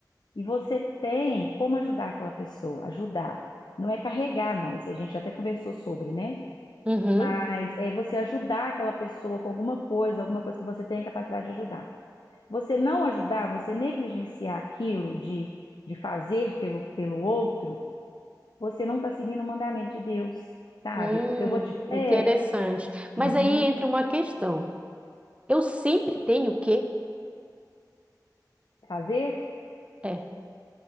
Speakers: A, on the left; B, on the right.
A: e você tem como ajudar aquela pessoa, ajudar. Não é carregar, não. Isso a gente até conversou sobre, né?
B: Uhum.
A: Mas é você ajudar aquela pessoa com alguma coisa, alguma coisa que você tem a capacidade de ajudar. Você não ajudar, você negligenciar aquilo de, de fazer pelo, pelo outro, você não está seguindo o mandamento de Deus, sabe?
B: Hum,
A: Eu vou te.
B: interessante.
A: É, eu vou.
B: Mas
A: Uhum.
B: aí entra uma questão. Eu sempre tenho o quê?
A: fazer?
B: É.